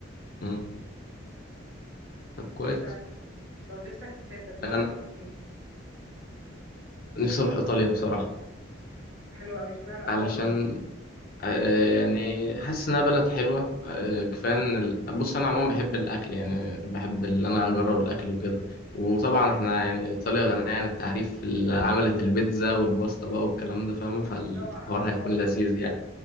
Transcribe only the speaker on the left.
امم طب كويس
انا
نفسي اروح ايطاليا بصراحة
علشان آه، يعني حاسس انها بلد حلوه آه، كفايه ان ال- بص انا عموما بحب الاكل يعني بحب ان انا اجرب الاكل وكده وطبعا احنا يعني ايطاليا غنيه عن التعريف اللي عملت البيتزا والباستا بقى والكلام ده فاهم فالحوار
هيكون
لذيذ
يعني